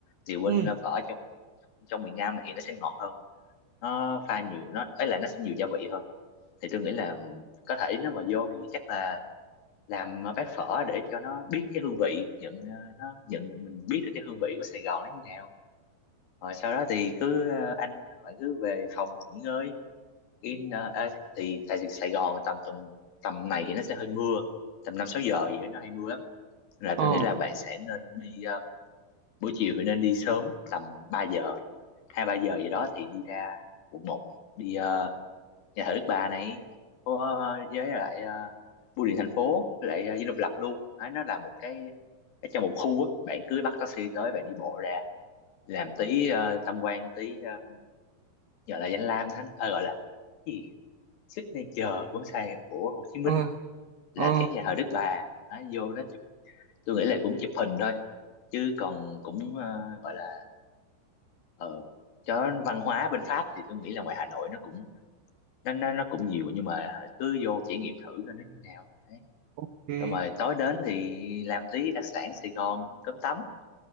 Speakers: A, on the left; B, on the right.
A: thì bên
B: ừ,
A: ờ, phở trong trong miền Nam này thì nó sẽ ngọt hơn nó pha nhiều nó ấy là nó sẽ nhiều gia vị hơn thì tôi nghĩ là có thể nếu mà vô thì chắc là làm bát phở để cho nó biết cái hương vị nhận ờ, nó nhận mình biết được cái hương vị của Sài Gòn nó như nào rồi sau đó thì cứ ờ, anh bạn cứ về phòng nghỉ ngơi in ờ, à, thì tại Sài Gòn tầm tuần tầm này thì nó sẽ hơi mưa tầm năm sáu giờ gì đó nó hay mưa lắm là
B: ờ,
A: tôi nghĩ là bạn sẽ nên đi ờ, buổi chiều thì nên đi sớm tầm 3 giờ hai ba giờ gì đó thì đi ra quận một đi ờ, nhà thờ Đức Bà này có ờ, với lại ờ, bưu điện thành phố với lại ờ, Dinh Độc Lập luôn Đấy, nó là một cái, cái trong một khu á bạn cứ bắt taxi tới bạn đi bộ ra làm tí ờ, tham quan tí ờ, gọi là danh lam thắng ờ, gọi là cái gì signature của Sài của Hồ Chí Minh
B: ờ, ờ,
A: là cái nhà thờ Đức Bà Đấy, vô đó chụp tôi nghĩ là cũng chụp hình thôi chứ còn cũng ờ, gọi là ờ cho văn hóa bên Pháp thì tôi nghĩ là ngoài Hà Nội nó cũng nó nó nó cũng nhiều nhưng mà cứ vô trải nghiệm thử coi nó như nào đấy
B: ok,
A: xong rồi tối đến thì làm tí đặc sản Sài Gòn cơm tấm